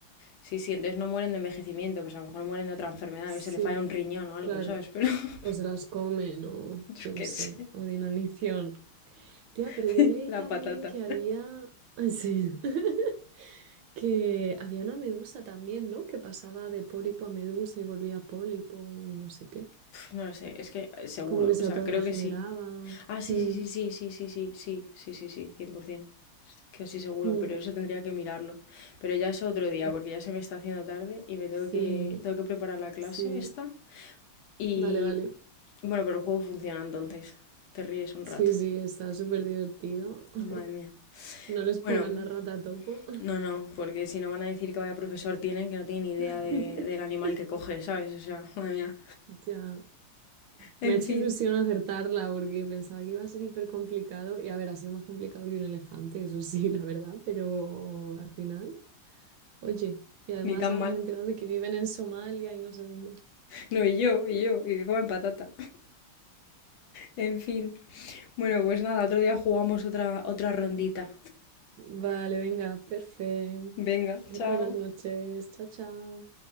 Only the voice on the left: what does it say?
sí, sí, entonces no mueren de envejecimiento, pues a lo mejor mueren de otra enfermedad,
o se le falla un riñón o algo,
¿sabes? Pero <laughs>
yo
qué
sé,
<laughs>
la
patata.
Pf, No lo sé, es que eh, seguro,
o sea,
creo que sí. Ah, sí,
sí, sí, sí, sí, sí, sí, sí, sí, sí, sí, cien por Es Que sí, seguro,
pero eso tendría que mirarlo. Pero ya es otro día,
porque ya se me está haciendo tarde y me
tengo que, tengo que preparar la clase
esta. Y
bueno, pero el juego funciona entonces. Te ríes un
rato.
Madre mía.
Bueno,
no, no, porque si no van a decir que vaya profesor tienen, que no tienen ni idea
de- del animal que coge, ¿sabes? O sea, <laughs> madre mía.
En
fin,
ni tan
mal.
No, y yo, y yo, y que comen patata. En fin. Bueno, pues nada, otro día jugamos otra, otra rondita.
Venga,
chao.